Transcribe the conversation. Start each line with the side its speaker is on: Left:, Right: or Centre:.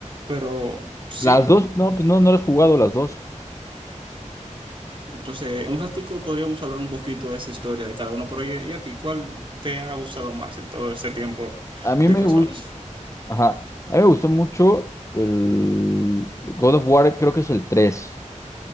Right: Pero sí,
Left: Las dos, no, pues no, no las he jugado las dos.
Right: entonces en un ratico podríamos hablar un poquito de esa historia de cada uno. Pero ¿y, y a ti cuál te ha gustado más en todo ese tiempo
Left: A mí
Right: de
Left: me
Right: consolas?
Left: gustó, ajá, a mí me gustó mucho el God of War, creo que es el tres